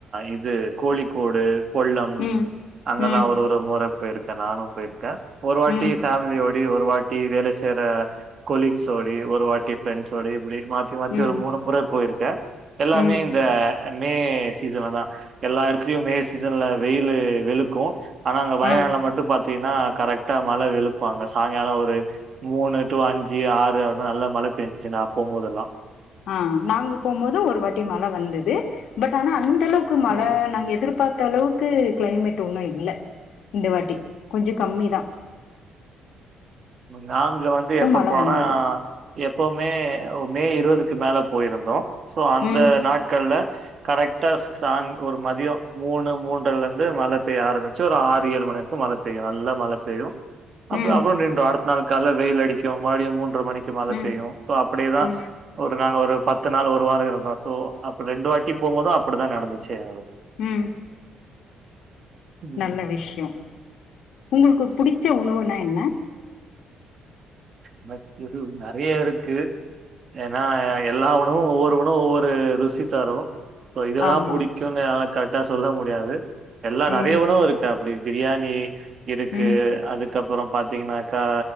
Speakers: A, on the right; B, on the left.
A: இது கோழிக்கோடு கொள்ளம்
B: ம்
A: அங்கலா
B: ம்
A: ஒரு ஒரு முற பேய்ருக்க நானு பேயிர்க்க ஒரு வாட்டி
B: ம்
A: ஃபேமிலியோடி ஒரு வாட் டி வேல சி தெட கொலீக்ஸ்சோடி ஒரு வாட்டி ஃப்ரெண்ஸ்சோடி இப்டி மாத்தி மாத்தி
B: ம்
A: ஒரு மூணு முற போய்ருக்க எல்லாமே
B: ம்
A: இந்த மே சீசன்ல தா எல்லா எட்த்லியு மே சீசன்ல வெய்லு வெளுக்கு ஆனா அங்க வயநாட்ல
B: ஆ
A: மட்டு பாத்தீங் னா கரக்ட்டா மழ வெளுக்கு அங்க சாங்கால ஒரு மூணு டூ அஞ்சி ஆறு <unintelligible> நல்ல மழ பேஞ்ச்சி நா போம்போதெல்லா
B: அ அ நாங்கு போம்போது ஒரு வாட்டி மழ வந்துது பட் ஆனா அந் தளவ்க்கு மழ
A: ம்
B: நாங்க எதுர்பாக் தளவுக்கு க்ளைமேட் ஒன்னு இல்ல இந்த வாட்டி கொஞ்ச கம்மி தா
A: நாங்ள வந்து எப்ப
B: மழ
A: போனனா
B: வந்தது
A: எப்பவ்மே மே இருவதுக்கு மேல போய்ருந்தோ சோ அந்த
B: ம்
A: நாட்கள்ல கரக்ட் டாக் சாங் ஒரு மதியோ மூண் றலருந்து மழை பெய்ய ஆரம்பி ச்சு ஒரு ஆறு ஏழு மணிவரைக்கு மழை பெய்யு நல்ல மழை பெய்யு அப்றோ
B: ம்
A: அப்றோ பட் நாளைக் கால்ல வெயில் அடிக்கு மறுபடியு மூன் ற மணிக்கு மேல மழை
B: ம்
A: பெய்யு சோ அப்டிதா
B: ம்
A: ஒரு நாள் ஒரு பத்து நாள் ஒரு வாரோ இருந்தோ ஸோ அப்ப ரெண்டு வாட்டி போம்போது அப்டிதா நடந்துச்சு எங்களுக்கு
B: ம்
A: ம்.
B: நல்ல விஷ்யோ உங்களுக்கு பிடிச்ச உணவுனா என்ன
A: எனக்கு இது நெறைய இருக்கு ஏன்னா எல்லா உணவும் ஒவ்வொருணவும் ஒவ்வொரு ஒரு ருசி தரு சோ இதெல்லாம்
B: ஆமா
A: பிடிக்கும்னுனால கரெக்டா சொல்ல முடியாது எல்லாம் நெறைய
B: ம்
A: உணவு இருக்கு அப்படி பிரியாணி இருக்கு
B: ம்
A: அதுக்கப்பறம் பாத்தீங்கன்னாக்கா